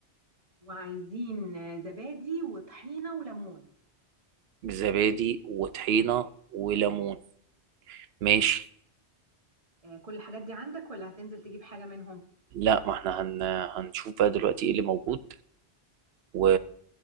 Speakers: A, on the right (about 30°); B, on the right (about 70°).
A: وعايزين آه، زبادي وطحينه وليمون
B: بالزبادي وطحينه وليمون ماشي
A: آه، كل الحاجات دي عندك ولا هتنزل تجيب حاجه منهم
B: لا ما احنا هن... هنشوف بقى دلوقتي ايه اللي موجود و...